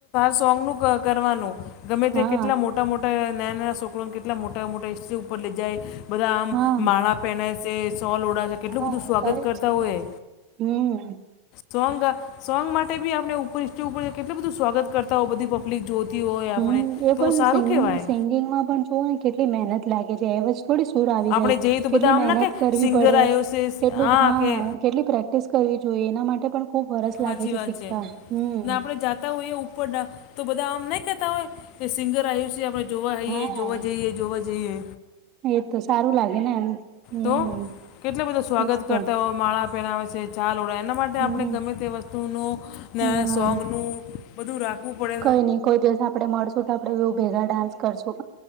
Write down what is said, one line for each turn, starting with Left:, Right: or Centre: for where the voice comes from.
Left: સોંગ નું કરવાનું ગમે
Right: હા
Left: તે કેટલા મોટા મોટા મોટા નાના નાના છોકરાને કેટલા મોટા મોટા હિસ્ટ્રી ઉપર લઈ જાય બધા આમ
Right: હા
Left: માળા <inaudible> છે સોલ ઓડા કેટલું
Right: હા
Left: બધું સ્વાગત
Right: કરે
Left: કરતા
Right: જ છે
Left: હોય.
Right: ને હમ
Left: સોંગ સોંગ માટે બી આપણે ઉપરેજ ઉપર કેટલું બધું સ્વાગત કરતા હો બધી પબ લિક જોતિ હોય. આપણે
Right: હ એ
Left: તો
Right: પણ
Left: સારું
Right: સ
Left: કહેવાય
Right: સિંગિંગમાં પણ જુઓ ને કેટલી મહેનત લાગે છે એમજ થોડી ર આવી
Left: આપણે
Right: જાય
Left: જઈએ તો
Right: કેટલી
Left: બધા આમ
Right: મહેનત
Left: ના કે
Right: કરવી
Left: સિંગર
Right: પડે
Left: આવ્યો છે
Right: કેટલું
Left: આ
Right: હા
Left: કે
Right: કેટલી પ્રે પ્રેક્ટિસ કરવી જોઈએ એના માટે પણ. ખુબ વરસ
Left: સાચી
Right: લાગે
Left: વાત
Right: શીખતા
Left: છે
Right: હમ
Left: ને આપણેે જાતા હોઈએ ઉપર. તો બધા આમ નહીં કહેતા હોય કે સિંગર આવ્યું છે આપણે જોવા જઈએ
Right: હા
Left: જોવા જઈએ જોવા જઈએ.
Right: એ તો સારું લાગે ને એમ. હમ
Left: તો કેટલા બધા સ્વાગત
Right: એજ તો
Left: કરતા હોય માળા પહેરાવે છે સાવ ઓડ એના માટે માટે
Right: હમ
Left: આપણે ગમે તે વસ્તુનુ ને
Right: ના
Left: સોંગનું બધું રાખવું પડે.
Right: કઈ નઈ કોઈ દિવસ આપણે મળશું તો આપણે બવું ભેગા ડાન્સ કરશું.